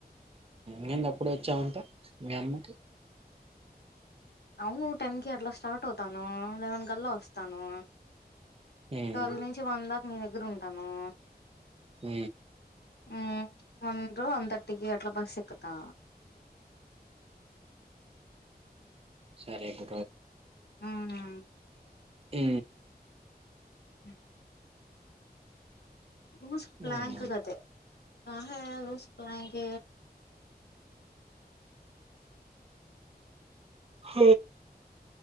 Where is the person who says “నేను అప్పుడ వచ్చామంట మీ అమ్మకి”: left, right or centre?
Right